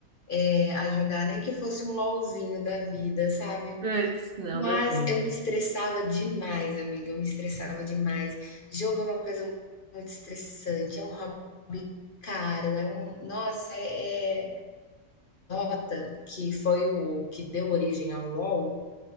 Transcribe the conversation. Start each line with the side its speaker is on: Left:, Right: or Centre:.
Left: é, a jogar, nem que fosse um LOLzinho da vida, sabe?
Right: Putz, não
Left: Mas
Right: dou conta.
Left: eu me estressava demais, amiga. Eu me estressava demais. Jogo é uma coisa muito estressante, é um hobby caro, é um. Nossa, é, é... Dota, que foi o que deu origem ao LoL.